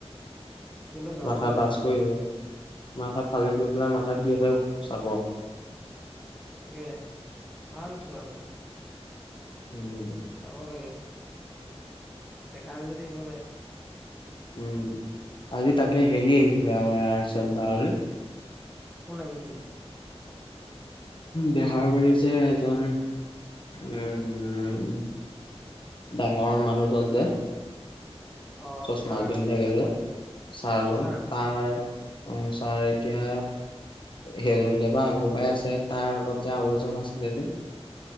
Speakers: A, in the centre; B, on the left.
A: কেলে যাব
B: মাথা
A: লাগে
B: বাছ কৰি। মাথাত ফালি দি পেলাই। মাথাত কি হয় চাব।
A: তাকে ভাল চোৱা আৰু
B: উম
A: চাব লাগে। দেখাই মেলি থাকিব লৈ।
B: উ'ম আজি তাকে হেৰি আহিছিলে।
A: কোন আহিছিলে?
B: বেহাৰবাৰীৰ যে এজন উ'ম, ডাঙৰ মানুহজন যে
A: অ
B: চশমা
A: ছাৰ
B: পিন্ধাকে যে চাৰজন
A: ছাৰ
B: তাৰ অ' ছাৰ এতিয়া সেইজন যে বা আগৰ পাই আছে। তাৰ আগত যে আৰু এজন আছিলে যে।